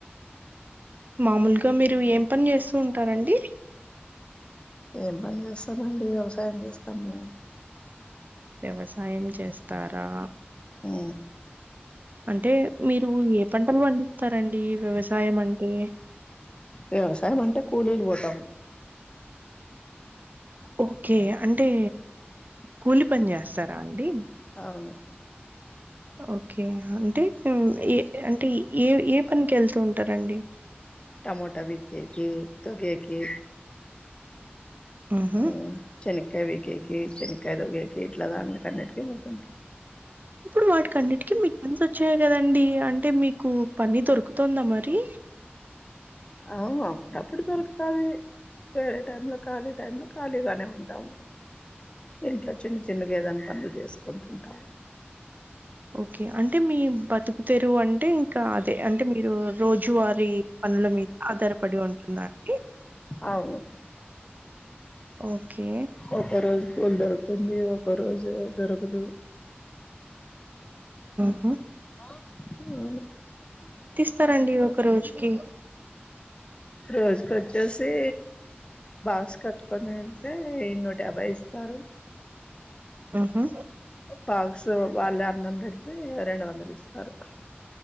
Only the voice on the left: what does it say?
ఏం పని చేస్తామండి వ్యవసాయం చేస్తాం మేము
ఊ
వ్యవసాయం అంటే కూలీలు పోతాం
అవును
మోటా బికేకి తొగేకి
ఉ చెని కాయ పికేకి చేనికాయ తోగేకి ఇట్లా దాంట్లకన్నింటికి పోతుంటాం
అవును అప్పుడప్పుడు దొరుకుతాది వేరే టైమ్ లో ఖాళీ టైమ్ లో ఖాళీగానే ఉంటాము ఇంట్ల చిన్న చిన్నగా ఏదన్న పనులు చేసుకుంటుంటాము
అవును
ఒక రోజు కూలి దొరుకుతుంది ఒక రోజు దొరకదు
అవును
రోజుకొచ్చేసి బాక్స్ కట్టుకొని వెళ్తే నూట యాబ్భై ఇస్తారు
బాక్స్ వాళ్లే అన్నం పెడితే రెండు వందలు ఇస్తారు